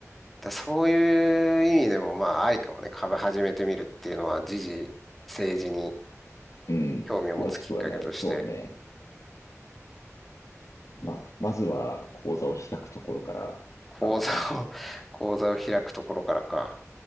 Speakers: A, in the centre; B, on the left.
A: だそういう意味でもまあありかもね、株始めてみるっていうのは、時事、政治に
B: うん、
A: 興味を持つきっかけとして、
B: 詳しくはなる。そうね。まあ、まずは講座を開くところからだとかな。
A: 口座を、<laughs> 口座を開くところからか。